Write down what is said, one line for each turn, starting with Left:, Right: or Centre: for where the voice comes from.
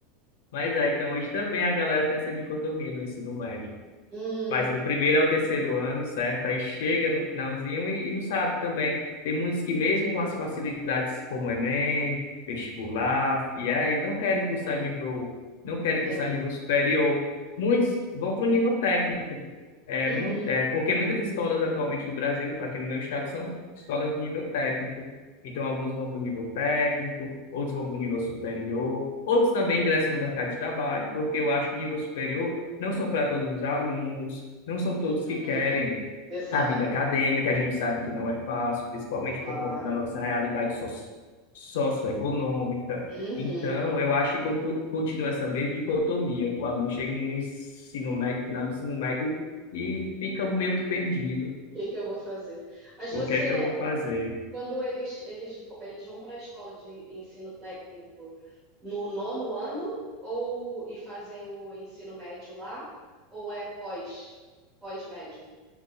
Left: Mas é, então hoje também a galera tem essa dicotomia no ensino médio.
Right: Hum,
Left: Faz do primeiro ao terceiro ano, certo? Aí chega no finalzinho e, e não sabe também. Tem muitos que, mesmo com as facilidades como Enem, vestibular, fiéis não querem cursar nível, não querem cursar
Right: é.
Left: nível superior. Muitos vão para o nível técnico. É,
Right: Uhum,
Left: muito, é, porque muitas escolas atualmente do Brasil, aqui no meu estado, são escolas de nível técnico. Então, alguns vão para o nível técnico, outros vão para o nível superior, outros também ingressam no mercado de trabalho, porque eu acho que nível superior não são para todos os alunos, não são todos
Right: uhum.
Left: que querem
Right: Exato,
Left: a vida acadêmica, a gente sabe que não é fácil, principalmente
Right: claro.
Left: por conta da nossa realidade soci- socioeconômica.
Right: Uhum.
Left: Então, eu acho que contu- continua essa mesma dicotomia. O aluno chega no ensino médio, final do ensino médio, e fica meio que perdido.
Right: O que que eu vou fazer? Mas
Left: O
Right: você
Left: que é que eu vou fazer?
Right: Quando eles, eles, vo- eles vão para a escola de ensino técnico no nono ano ou e fazem o ensino médio lá ou é pós, pós-médio?